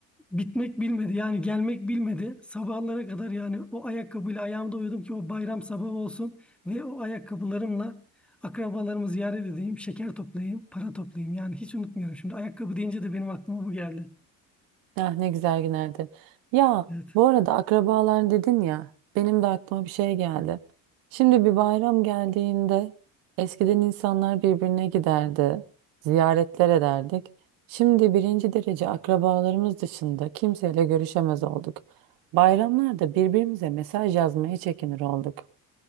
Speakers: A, in the centre; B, on the right.
A: bitmek bilmedi. Yani gelmek bilmedi. Sabahlara kadar yani o ayakkabıyla ayağımda uyudum ki o bayram sabahı olsun ve o ayakkabılarımla akrabalarımı ziyaret edeyim, şeker toplayayım, para toplayayım. Yani hiç unutmuyorum. Şimdi ayakkabı deyince de benim aklıma bu geldi.
B: Ah ne güzel günlerdi. Ya
A: Evet.
B: bu arada akrabalar dedin ya benim de aklıma bir şey geldi. Şimdi bir bayram geldiğinde eskiden insanlar birbirine giderdi, ziyaretler ederdik. Şimdi birinci derece akrabalarımız dışında kimseyle görüşemez olduk. Bayramlarda birbirimize mesaj yazmaya çekinir olduk.